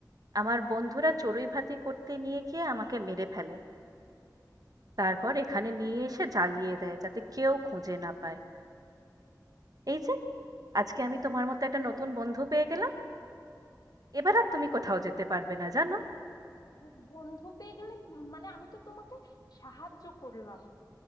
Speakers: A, on the right; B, on the left.
A: আমার বন্ধুরা চড়ুই ভাতি করতে নিয়ে গিয়ে আমাকে মেরে ফেলে তারপর এখানে নিয়ে এসে জ্বালিয়ে দেয় যাতে কেউ খুঁজে না পায় এই যে আজকে আমি তোমার মতো একটা নতুন বন্ধু পেয়ে গেলাম এবার আর তুমি কোথাও যেতে পারবে না জানো
B: ব- বন্ধু পেয়ে গেলে মানে আমি তো তোমাকে সাহায্য করলাম